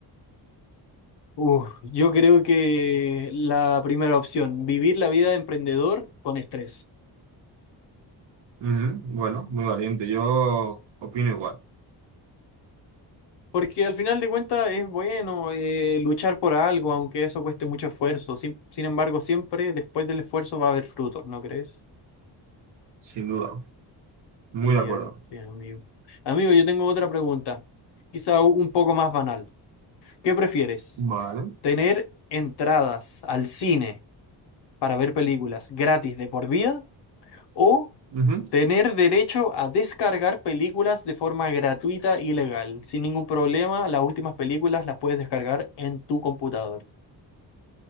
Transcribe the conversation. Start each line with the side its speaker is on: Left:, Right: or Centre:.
Left: Uf, yo creo que la primera opción, vivir la vida de emprendedor con estrés.
Right: Ujú, Bueno, muy valiente. Yo opino igual,
Left: Porque al final de cuentas es bueno eh, luchar por algo, aunque eso cueste mucho esfuerzo. Sin, sin embargo, siempre después del esfuerzo va a haber frutos, ¿no crees?
Right: sin duda. Muy
Left: Sí,
Right: de acuerdo.
Left: herm- sí, amigo. Amigo, yo tengo otra pregunta, quizá u- un poco más banal. ¿Qué prefieres?
Right: Vale.
Left: tener entradas al cine para ver películas gratis de por vida o
Right: ujú.
Left: tener derecho a descargar películas de forma gratuita y legal. Sin ningún problema, las últimas películas las puedes descargar en tu computador.